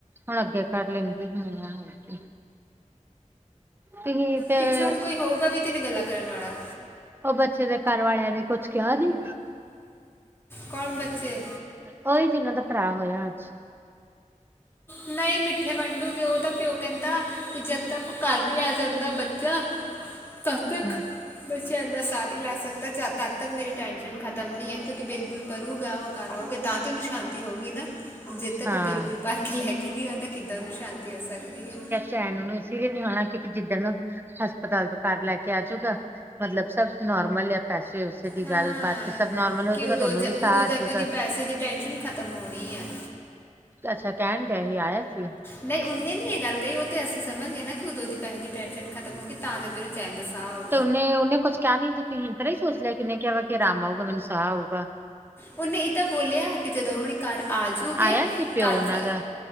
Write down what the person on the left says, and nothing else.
ਪਿੱਛੇ ਹੁਣ ਕੋਈ ਹੋਊਗਾ ਵੀ ਤੈਨੀ ਗੱਲਾਂ ਕਰਨ ਵਾਲਾ
ਕੌਣ ਬੱਚੇ
ਨਹੀਂ ਮਿੱਠੇ ਵੰਡੂਗੇ ਉਹਦਾ ਪਿਓ ਕਹਿੰਦਾ ਕੀ ਓ ਜਦ ਤੱਕ ਉਹ ਘਰ ਨੀ ਆ ਜਾਂਦਾ ਬੱਚਾ ਤਦ ਤੱਕ
ਬੱਚੇ ਅੰਦਰ ਸਾਹ ਨਹੀਂ ਲੈ ਸਕਦੇ ਜਦ ਤਕ ਤੱਕ ਮੇਰੀ ਟੈਨਸ਼ਨ ਖਤਮ ਨੀ ਹੈ ਕਿਉਂਕਿ ਬਿਲਬੁਲ ਪਰੂਗਾ ਉਹ ਕਰ ਆਉਗੇ ਤਾਂ ਤੇ ਉਨੂੰ ਸ਼ਾਂਤੀ ਹੋਊਗੀ ਨਾ ਜਦ ਤੱਕ
ਉਹ ਬਿਲਬੁਲ ਭਰ ਕੇ ਲੈ ਕੇ ਨਹੀਂ ਆਂਦਾ ਕਿੱਦਾਂ ਉਹਨੂੰ ਸ਼ਾਂਤੀ ਹੋ ਸਕਦੀ ਹੈ
ਹਾਂ
ਕਿ ਉਦੋਂ
ਜਾ-
ਉਦੋਂ
ਜਾ ਕੇ ਉਹਦੀ ਪੈਸੇ ਦੀ ਟੈਨਸ਼ਨ ਖਤਮ ਹੋਣੀ ਹੈ
ਨਹੀਂ ਉਹਨੇ ਨੀ ਇਹ ਗੱਲ ਕਹੀ ਉਹ ਤੇ ਅਸੀਂ ਸਮਝ ਗਏ, ਨਾ ਕਿ ਉਦੋਂ ਦੀ ਪੈਸੇ ਦੀ ਟੈਨਸ਼ਨ ਖਤਮ ਹੋ ਗਈ ਤਾਂ ਕਰਕੇ ਕਿਥੇ ਚੈਨ ਦਾ ਸਾਹ ਆਓ
ਉਹਨੇ ਇਹ ਤਾਂ ਬੋਲਿਆ, ਕਿ ਜਦੋਂ ਹੁਣ ਘਰ ਆਜੂਗੇ
ਤਾਂ ਜ